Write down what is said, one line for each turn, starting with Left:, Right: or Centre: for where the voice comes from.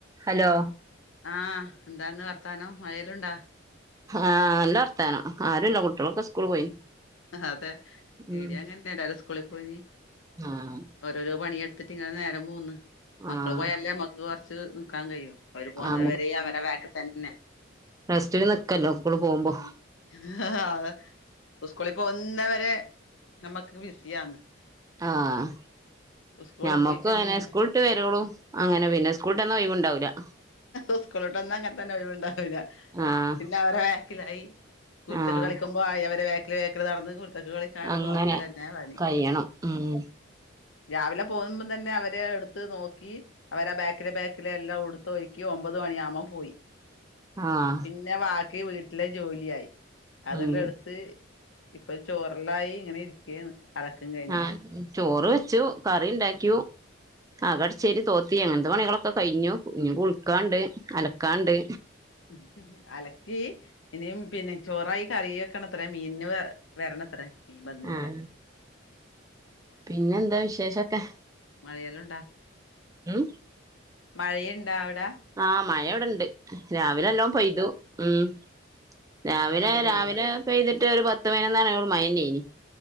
Right: Hello
Left: ആഹ് എന്താന്ന് വർത്താനം മഴഴെല്ലുണ്ടാ
Right: ആഹ് നല്ല വർത്താനം ആരുല്ല കുട്ട്യോളൊക്കെ സ്കൂള് പോയി
Left: അഹ് അതെ
Right: ഉം
Left: ഈടിയങ്ങൻത്തെന്നെ എല്ലാരും സ്കൂളിൽ പോയി
Right: ആഹ്
Left: ഓരോരോ പണിയെടുത്തിട്ട് ഇങ്ങനെ നേരം പോവ്ന്ന് മക്കള്
Right: ആഹ്
Left: പോയാലല്ലേ അമ്മക്ക് കൊർച്ച് നിക്കാൻ കഴിയൊള്ളു അവര് പോവ്ന്നവരേ
Right: ആഹ്
Left: അവരെ വേക്ക് തന്നെ
Right: റസ്റ്റ്ല് നിക്കല്ലോ സ്ക്കൂൾള് പോകുമ്പോ
Left: ഉം അതെ ഉസ്കൂളി പോകുന്നവരെ നമ്മക്ക് ബിസിയാന്ന്
Right: ആഹ്
Left: സ്കൂളിൽ
Right: ഞമ്മക്കു
Left: പോയി കഴിഞ്ഞാല്
Right: അങ്ങനെ സ്കൂൾട്ട് വെരോളു അങ്ങനെ പിന്നെ സ്കൂൾട്ടെന്നാ ഒയ് വും ഇണ്ടാവൂല്ല
Left: ഉസ്ക്കൂള് വിട്ടെന്നാ അങ്ങൻത്തന്നെ ഒഴിവ് ഇണ്ടാവൂല്ല
Right: ആഹ്
Left: പിന്നെ അവരേ ക്കിലായി കുര്ത്തക്കേട്
Right: ആഹ്
Left: കളിക്കുമ്പോ ആയി അവരെ വേക്ക്ല് വേക്ക്ല് നടന്ന് കൊട് ത്തക്കേട് കളിക്കാണ്ട്
Right: അങ്ങനെ
Left: നോക്കലെന്നെ പണി
Right: കഴിയണം ഉം
Left: രാവിലെ പോവ്മ്പം തന്നെ അവരെ എടുത്ത് നോക്കി അവരെ ബാക്ക്ല് ബാക്കില് എല്ലാം ഉടുത്ത് ഒര്ക്കി ഒമ്പത് മണിയാകുമ്പം പോയി
Right: ആഹ്
Left: പിന്നെ വാക്കി വീട്ടിലെ ജോലിയായി അതെല്ലാം
Right: ഉം
Left: എട്ത്ത് ഇപ്പൊ ചോറ്ലായി ഇങ്ങനെ ഇരിക്കേന്ന് അലക്കും കഴിഞ്ഞിട്ട്
Right: ആഹ് ചോറ് വെച്ചു കറി ഇണ്ടാക്യു അക അടിച്ചോരി തോത്തി അങ്ങൻത്തെ പണികളൊക്കെ കഴിഞ്ഞു ഇഞ് കുൾക്കാണ്ട് അലക്കാണ്ട്
Left: ഉം ഹും ഹും അലക്കീ ഇനീയും പിന്നെ ചോറായി കറിയാക്കണത്രെ മീൻന് വ വെരണത്രേ മീൻ ബന്ന്
Right: ആഹ്
Left: ഇല്ല
Right: പിന്നെന്താ വിശേഷൊക്കെ
Left: മഴയെല്ലാം
Right: ഉം
Left: മഴയ്ണ്ടാ അവ്ടെ
Right: ആഹ് മഴ ഇവ്ടെണ്ട് രാവിലെ നല്ലോം പെയ്തു ഉം
Left: നമുക്കിവിടെ
Right: രാവിലെ
Left: നല്ല വെയിലാണ്
Right: രാവിലെ പെയ്ത്ട്ട് ഒരു പത്ത് പയ്നൊന്നണി ആവോളം മഴന്നേയ്നി